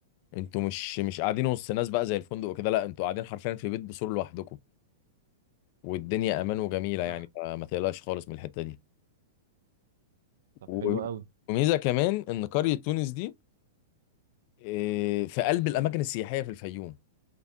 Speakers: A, on the left; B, on the right.
A: انتوا مش مش قاعدين وسط ناس بقى زي الفندق وكده لا انتوا قاعدين حرفيا في بيت بسور لوحدكم والدنيا امان وجميله يعني
B: صح
A: فما تقلقش خالص من الحته دي
B: طب
A: و-
B: حلو قوي
A: وميزه كمان ان قريه تونس دي اه، في قلب الاماكن السياحيه في الفيوم